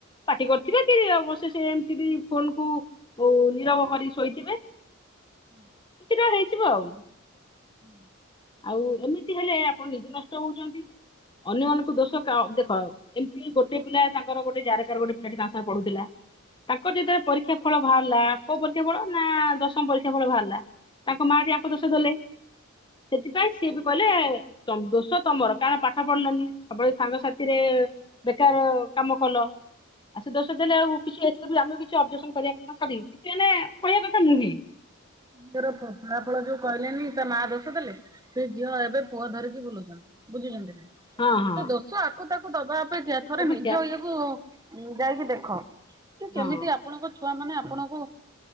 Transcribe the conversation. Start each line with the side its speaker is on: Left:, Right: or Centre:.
Left: ପାଟି କରିଥିବେ। ବସେ ସେ ଏମିତି ବି ଫୋନ କୁ ନିରବ କରି ଶୋଇଥିବେ।
Right: ହୁଁ।
Left: ହେଇଯିବ ଆଉ।
Right: ହୁଁ।
Left: ଆଉ ଏମିତି ହେଲେ ଆପଣ ନିଜେ ନଷ୍ଟ ହଉଚନ୍ତି ଅନ୍ୟମାନଙ୍କୁ ଦୋଷ ଦେଖ ଏମିତି ଗୋଟେ ପିଲା ତାଙ୍କର ଗୋଟେ ଯାରକା ରେ ଗୋଟେ ପିଲା ତା ସାଙ୍ଗେ ପଢୁଥିଲା। ତାଙ୍କ ଯେତେବେଳେ ପରୀକ୍ଷା ଫଳ ବାହାରିଲା ଆ ପରୀକ୍ଷା ଫଳ ନା ଦଶମ ପରୀକ୍ଷା ଫଳ ବାହାରିଲା। ତାଙ୍କ ମା ଆଜି ଆଙ୍କ ଦୋଷ ଦେଲେ। ସେଥିପାଇଁ ସିଏ ବି କହିଲେ ଦୋଷ ତମର କାରଣ ପାଠ ପଢିଲାନି ସବୁବେଳେ ସାଙ୍ଗସାଥିରେ କାର କାମ କଲ। ଆ ସେ ଦୋଷ ଦେଲେ ଆଉ କିଛି ଏ ଆମ କିଛି ଅବଜେକ୍ସନ କରିବା କଥା ନୁହେଁ ମାନେ କହିବା କଥା ନୁହେଁ।
Right: ମୋର ଫଳା ଫଳ ଯୋଉ କହିଲେନି ତା ମା ଦୋଷ ଦେଲେ ସେ ଝିଅ ଏବେ ପୁଅ ଧରିକି ବୁଲୁଛନ୍ତି ବୁଝୁଛନ୍ତି ନା?
Left: ହଁ ହଁ
Right: ସେ ଦୋଷ ଆକୁ ତାକୁ ଦବା ଅପେକ୍ଷା ଥରେ
Left: ଅପେକ୍ଷା
Right: ନିଜ ଇଏ କୁ ଯାଇକି ଦେଖ। ତ କେମିତି
Left: ହଁ
Right: ଆପଣଙ୍କ ଛୁଆ ମାନେ ଆପଣଙ୍କୁ